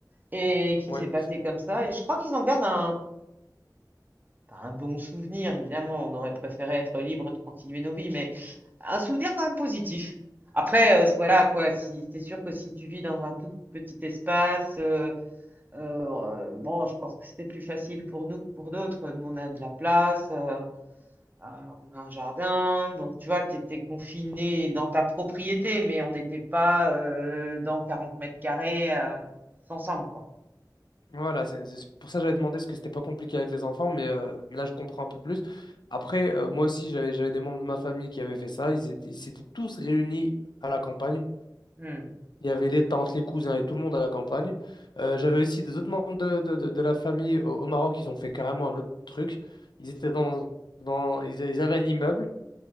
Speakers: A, on the right; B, on the left.
A: et qui
B: Oui.
A: s'est passé comme ça. Et je crois qu'ils en gardent un, pas un bon souvenir, évidemment, on aurait préféré être libre de continuer nos vies, mais un souvenir quand même positif. Après, euh, voilà quoi, si, c'est sûr que si tu vis dans un tout petit espace, euh, euh, bon, je pense que c'était plus facile pour nous que pour d'autres. Nous, on a de la place, euh, euh, on a un jardin, donc tu vois, tu étais confiné dans ta propriété, mais on n'était pas euh, dans 40 mètres carrés euh, tous ensemble, quoi.
B: Voilà, c'est c'est pour ça que j'avais demandé ce que c'était pas compliqué avec les enfants, mais, euh, mais là je comprends un peu plus. Après, euh, moi aussi, j'avais j'avais des membres de ma famille qui avaient fait ça. Ils étaient, ils s'étaient tous réunis à la campagne.
A: Hmm.
B: Il y avait les tantes, les cousins et tout le monde à la campagne. Euh, j'avais aussi des autres membres de, de, de- de la famille au, au Maroc. Ils ont fait carrément un autre truc. Ils étaient dans, dans, ils, ils avaient un immeuble